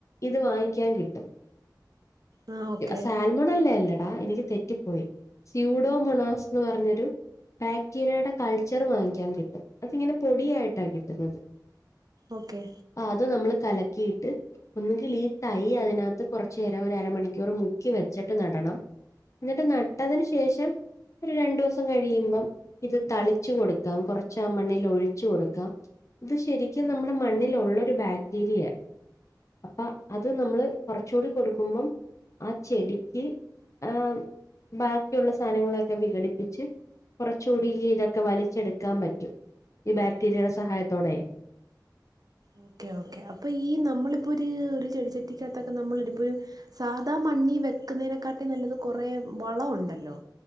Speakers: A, on the left (about 40°); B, on the right (about 55°).
A: ഇത് വാങ്ങിക്കാൻ കിട്ടും
B: ആ ഓക്കെ
A: സാൽമോണല്ലേ അല്ലേടാ എനിക്ക് തെറ്റിപ്പോയി സ്യൂഡോ മൊണാസ് എന്ന് പറഞ്ഞൊരു ബാക്ടീരിയയുടെ കൾച്ചർ വാങ്ങിക്കാൻ കിട്ടും അതിങ്ങനെ പൊടിയായിട്ടാ കിട്ടുന്നത്
B: ഓക്കെ
A: ആഹ് അത് നമ്മൾ കലക്കിയിട്ട് ഒന്നുങ്കിൽ ഈ തൈ അതിനകത്ത് കുറച്ചു നേരം ഒരു അരമണി ക്കുർ മുക്കി വെച്ചിട്ട് നടണം എന്നിട്ട് നട്ടതിന് ശേഷം ഒരു രണ്ടു ദിവസം കഴിയുമ്പം ഇത് തളിച്ചു കൊടുക്കാം കുറച്ചാ മണ്ണിൽ ഒഴിച്ച് കൊടുക്കാം ഇത് ശരിക്കും നമ്മുടെ മണ്ണിലുള്ള ഒരു ബാക്ടീരിയ അപ്പൊ അത് നമ്മള് കുറച്ചുകൂടി കൊടുക്കുമ്പം ആഹ് ചെടിക്ക് ആഹ് ബാക്കിയുള്ള സാധനങ്ങളൊക്കെ വിഘടിപ്പിച്ച് കുറച്ചുകൂടി ഇതൊക്കെ വലിച്ചെടുക്കാൻ പറ്റും ഈ ബാക്ടീരിയയുടെ സഹായത്തോടെ
B: ഓക്കേ ഓക്കെ അപ്പൊ ഈ നമ്മളിപ്പോ ഒരു ഒരു ചെടിച്ചട്ടിക്കകത്തൊക്കെ നമ്മള ഇപ്പോ ഒരു സാധാ മണ്ണി വെക്കുന്നതിനെക്കാട്ടി നല്ലത് കുറേ വളമുണ്ടല്ലോ